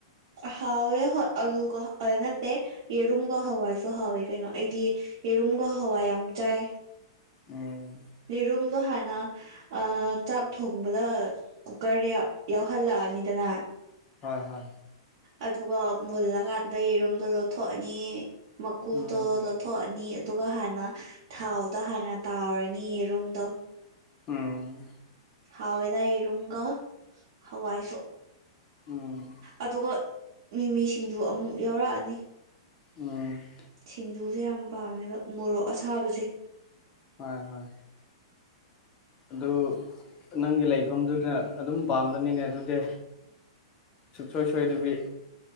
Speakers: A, on the right (about 55°); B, on the left (about 30°).
A: ꯍꯥꯎꯋꯦ ꯍꯣꯏ ꯑꯂꯨꯒ ꯅꯠꯇꯦ ꯌꯦꯔꯨꯝꯒ ꯍꯋꯥꯏꯁꯨ ꯍꯥꯎꯋꯦ ꯀꯩꯅꯣ ꯑꯩꯗꯤ ꯌꯦꯔꯨꯝꯒ ꯍꯋꯥꯏ ꯌꯥꯝ ꯖꯏ
B: ꯎꯝ
A: ꯔꯔꯨꯝꯗ ꯍ ꯑꯗꯨ ꯆꯥꯛ ꯊꯣꯡꯕꯗ ꯀꯨꯀꯔꯗ ꯌꯥꯎꯍꯜꯂꯛꯑꯅꯤꯗꯅ
B: ꯍꯣꯏ ꯍꯣꯏ
A: ꯑꯗꯨꯒ ꯃꯨꯜꯂꯀꯥꯟꯗ ꯌꯦꯔꯨꯝꯗꯣ ꯂꯧꯊꯣꯛꯑꯅꯤ ꯃꯀꯨꯗꯣꯗ
B: ꯎꯝ
A: ꯊꯣꯛꯑꯅꯤ ꯑꯗꯨꯒ ꯍꯥꯟꯅ ꯊꯥꯎꯗ ꯍꯥꯟꯅ ꯇꯥꯎꯔꯅꯤ ꯌꯦꯔꯨꯝꯗꯣ
B: ꯎꯝ
A: ꯍꯥꯎꯦꯗ ꯌꯦꯔꯨꯝꯒ ꯍꯋꯥꯏꯁꯨꯣ
B: ꯎꯝ
A: ꯑꯗꯨꯒ ꯃꯤꯃꯤꯁꯤꯡꯖ ꯑꯃꯨꯛ ꯌꯥꯎꯔꯛꯑꯅꯤ
B: ꯎꯝ
A: ꯁꯤꯡꯖꯨꯁꯦ ꯌꯥꯝ ꯄꯥꯝꯃꯦꯕ ꯃꯣꯔꯣꯛ ꯑꯁꯥꯕꯁꯦ
B: ꯍꯣꯏ ꯍꯣꯏ ꯑꯗꯨ ꯅꯪꯒꯤ ꯂꯩꯐꯝꯗꯨꯗ ꯑꯗꯨꯝ ꯄꯥꯝꯝꯕꯅꯤꯅꯦ ꯑꯗꯨꯗꯤ ꯁꯨꯡꯁꯣꯏ ꯁꯣꯏꯗꯕꯤ